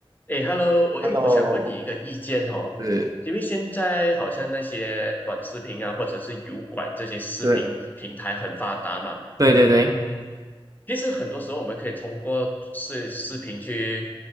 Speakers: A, on the left (about 20°); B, on the right (about 35°).
A: 哎，Hello，我哎，
B: Hello，
A: 诶我想问你一个意见哦，
B: 是
A: 因为现在好像那些短视频啊，或者是油管这些视频平台很发达嘛，
B: 是，对对对对
A: 嗯，其实很多时候我们可以通过视视频去